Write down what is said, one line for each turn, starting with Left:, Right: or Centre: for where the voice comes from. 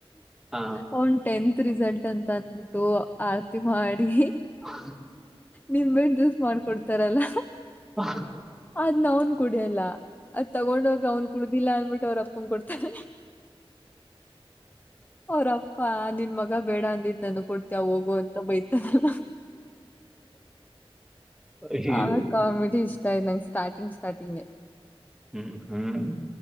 Centre: ಹ
Left: ಅವನ್ ಟೆಂತ್ ರಿಸಲ್ಟ್ ಅಂತ ಅಂದಬಿಟ್ಟು ಆರ್ತಿ ಮಾಡಿ
Centre: ಹ
Left: ನಿಮ್ ಬೇ ಜ್ಯೂಸ್ ಮಾಡ್ಕೊಡ್ತಾರಲ್ಲ
Centre: ಹ
Left: ಅದ್ನ ಅವ್ನ್ ಕುಡಿಯಲ್ಲ ಅದ್ ತಗೊಂಡೋಗ ಅವ್ನ್ ಕುಡ್ದಿಲ್ಲ ಅನ್ಬಿಟ್ಟು ಅವ್ರ ಅಪ್ಪನ್ ಕೊಡ್ತಾರೆ ಅವರ ಹಾ ನಿನ್ ಮಗ ಬೇಡ ಅಂದಿದ್ ನನ ಕೊಡ್ತಾವ ಹೋಗು ಅಂತ ಬೈತಾರಲ್ಲ
Centre: ಅಯ್ಯೋ
Left: ಆ ಕಾಮಿಡಿ ಇಷ್ಟ ಸ್ ಸ್ಟಾರ್ಟಿಂಗ್ ಸ್ಟಾರ್ಟಿಂಗ್
Centre: ಹ್ಮ್ ಹ್ಮ್